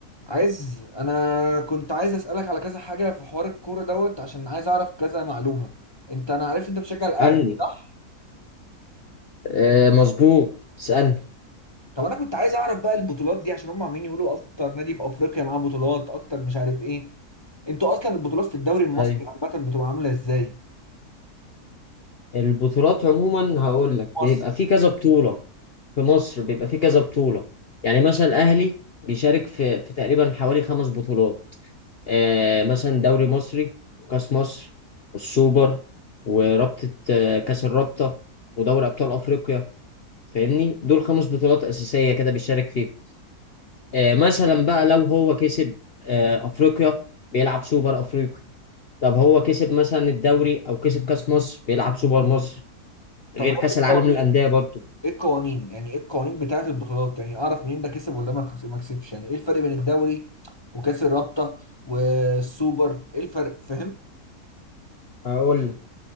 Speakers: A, on the left; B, on the left.
A: عايز انا كنت عايز اسالك على كذا حاجه في حوار الكوره دوت عشان عايز اعرف كذا معلومه انت انا عرفت انت بتشجع الاهلي
B: اسألني
A: صح
B: آه مظبوط اسألني
A: طب انا كنت عايز اعرف بقى البطولات دي عشان هم عمالين يقولوا اكتر نادي في افريقيا معاه بطولات اكتر مش عارف ايه انتوا اصلا البطولات في الدوري المصري
B: أيوه
A: عامه بتبقى عامله ازاي
B: البطولات عموما هقول لك
A: مصر
B: بيبقى في كذا بطولة في مصر بيبقى في كذا بطولة يعني مثلا الأهلي بيشارك في في تقريبا حوالي خمس بطولات آه مثلا دوري مصري وكأس مصر والسوبر ورابطة آه، كأس الرابطة ودوري أبطال أفريقيا فاهمني دول خمس بطولات أساسية كده بيشارك فيهم آه مثلا بقى لو هو كسب آه أفريقيا بيلعب سوبر أفريقيا طب هو كسب مثلا الدوري او كسب كاس مصر بيلعب سوبر مصر
A: طب
B: غير
A: ايه
B: كاس
A: القوانين
B: العالم للانديه برضو
A: ايه القوانين يعني ايه القوانين بتاعه البطولات يعني اعرف منين ده كسب ولا ما خس- ما كسبش يعني ايه الفرق بين الدوري وكاس الرابطه والسوبر ايه الفرق فاهم
B: هقول لك